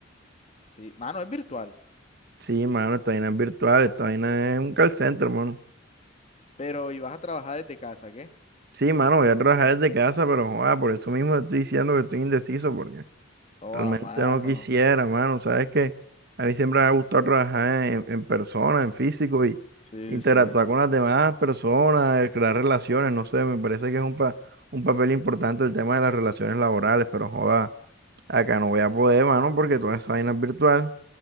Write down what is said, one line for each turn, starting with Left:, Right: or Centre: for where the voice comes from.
Left: Sí, mano, es virtual,
Right: Sí, mano, esta vaina es virtual, esta vaina es un call center, mano.
Left: pero ibas a trabajar desde casa, ¿qué?
Right: Sí, mano, voy a trabajar desde casa, pero joda, por eso mismo te estoy diciendo que estoy indeciso, porque
Left: Oh,
Right: realmente
Left: a mano.
Right: no quisiera, mano. Sabes que a mí siempre me ha gustado trabajar en, en persona, en físico y
Left: Sí,
Right: interactuar
Left: sí.
Right: con las demás personas, eh, crear relaciones. No sé, me parece que es un, pa- un papel importante el tema de las relaciones laborales, pero joda, acá no voy a poder, mano, porque toda esa vaina es virtual.